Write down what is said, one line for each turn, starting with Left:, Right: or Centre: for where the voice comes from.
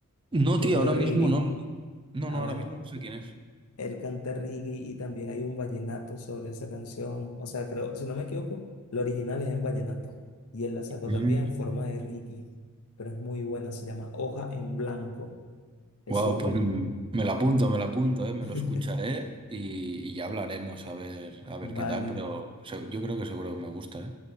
Right: No,
Left: que
Right: tío,
Left: es de
Right: ahora
Left: Ricky.
Right: mismo no. No,
Left: Ah,
Right: no,
Left: bueno,
Right: ahora mismo no sé quién
Left: él canta reggae y también hay un vallenato sobre esa canción. O sea, creo, si no me equivoco, lo original es en vallenato y él la sacó
Right: es.
Left: también en forma de reggae, pero es muy buena, se llama Hoja en Blanco, es
Right: Wow,
Left: súper.
Right: pues mm, me lo apunto, me lo apunto, ¿eh? Me
Left: <laughs>
Right: lo escucharé y, y ya hablaremos a ver, a ver
Left: Vale,
Right: qué tal, pero se- yo creo que seguro que me gusta, ¿eh?